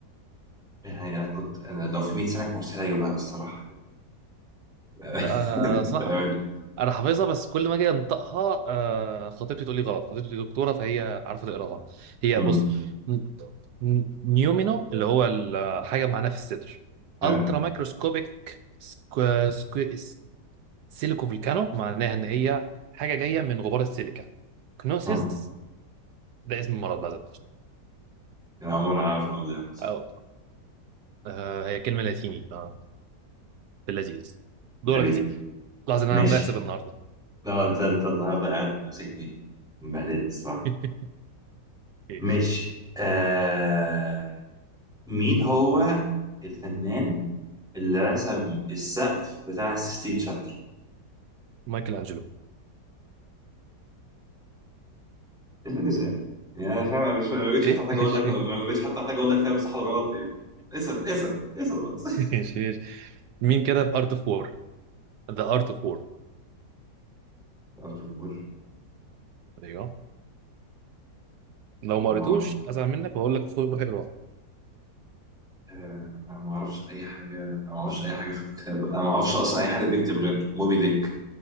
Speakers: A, in the centre; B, on the right.
A: يعني أنا كنت أنا لو في 100 سنة كان مستحيل أجيبها بصراحة <laughs>
B: لا آه، صراحة
A: بأمانة
B: أنا حافظها بس كل ما أجي أنطقها آه، خطيبتي تقول لي غلط خطيبتي دكتورة فهي عارفة تقراها هي
A: مم.
B: بص ن- ن- نيومينو اللي هو الحاجة معناها في الصدر
A: ها
B: ألترا مايكروسكوبيك سكو سكو سيليكو فولكانو معناها إن هي حاجة جاية من غبار السيليكا كنوسيس
A: ها
B: ده اسم المرض بقى ده
A: أنا أول مرة أعرف الموضوع ده مثلا
B: أو آه، هي كلمة لاتيني آه، في اللذيذ دورك
A: غريب
B: تيجي لحظة إن
A: ماشي
B: أنا عمال أكسب النهاردة
A: لا أنت أنت النهاردة قاعد ماسكني مبهدلني الصراحة
B: <laughs> ماشي
A: ماشي آه مين هو الفنان اللي رسم السقف بتاع السيستين شابل
B: مايكل أنجلو
A: اسأل اسأل يعني انا فاهم انا مش ما بقتش
B: ايه
A: حتى احتاج
B: ماشي
A: اقول لك ما
B: <laughs>
A: بقتش حتى احتاج اقول لك فاهم صح ولا غلط ايه اسأل اسأل اسأل خلاص <laughs>
B: ماشي ماشي مين كتب ارت اوف وور ذا ارت اوف وور
A: ارت اوف وور
B: ايوه لو ما
A: انا
B: قريتوش
A: ما اعرف
B: ازعل منك وهقول لك خد روح اقراه
A: آه، انا ما اعرفش اي حاجه أنا ما اعرفش اي حاجه في الكتاب انا ما اعرفش اصلا اي حد بيكتب غير موبي ديك